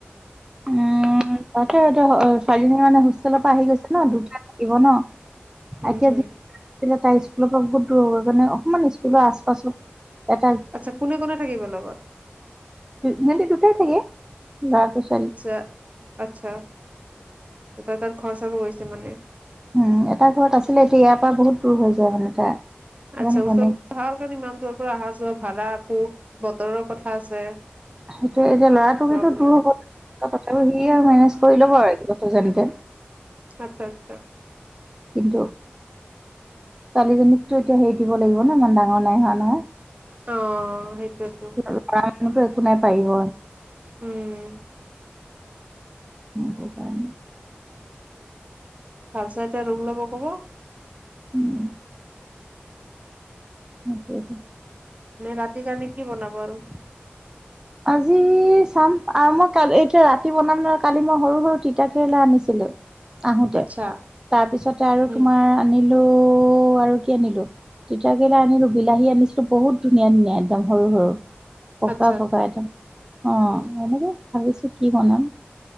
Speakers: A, on the right; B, on the right.
A: উম, তাকে এতিয়া ছোৱালীজনীৰ মানে হোষ্টেলৰ পৰা আহি গৈছে ন দুটা থাকিব ন।
B: হম,
A: এতিয়া
B: হুম।
A: যি আছিলে তাই স্কুলৰ পৰা বহুত দূৰ হ'ব। কাৰণে অকণমান স্কুলৰ আচ পাছত। এটা
B: আচ্ছা, কোনে কোনে থাকিব লগত।
A: সিহঁতে দুটাই থাকে ল'ৰাটো ছো
B: আচ্ছা, আচ্ছা। তাত তাত ঘৰ চাব গৈছে মানে।
A: উম, এটা ঘৰত আছিলে এতিয়া ইয়াৰ পৰা বহুত দূৰ হৈ যায়। মানে তাৰ সেইকাৰণে
B: আচ্ছা,
A: ঘৈণীয়েক
B: ওচৰত। ভাল কাৰণে ইমান দূৰৰ পৰা অহা যোৱা ভাড়া আকৌ বতৰৰ কথা আছে।
A: সেইটো এতিয়া ল'ৰাটোৰ
B: প্ৰব্লেম
A: কিন্তু দূৰ হ'ব। তথাপিও সি আৰু মেনেজ কৰি ল'ব আৰু একবছৰ যেনতেন।
B: আচ্ছা, আচ্ছা।
A: কিন্তু ছোৱালীজনীকতো এতিয়া হেৰি দিব লাগিব ন ইমান ডাঙৰ নাই হোৱা নহয়।
B: অ' সেইটোৱে টো
A: ল'ৰা মানুহতো একো নাই পাৰিব।
B: উম
A: নিব পায় নে।
B: ভাল চাই এটা ৰুম ল'ব ক'ব।
A: উম। তাকে টো।
B: এনে ৰাতিৰ কাৰনে কি বনাব আৰু।
A: আজি চাম আৰু মই কাল এতিয়া ৰাতি বনাম ন কালি মই সৰু সৰু তিতা কেৰেলা আনিছিলোঁ। আহোতে,
B: আচ্ছা
A: তাৰপিছতে আৰু
B: উম
A: তোমাৰ আনিলো আৰু কি আনিলো। তিতাকেৰেলা আনিলোঁ, বিলাহী আনিছিলোঁ, বহুত ধুনীয়া ধুনীয়া একদম সৰু সৰু পকা,
B: আচ্ছা
A: পকা,
B: আচ্ছা
A: একদম অ'
B: উম
A: এনেকে ভাবিছো কি বনাম।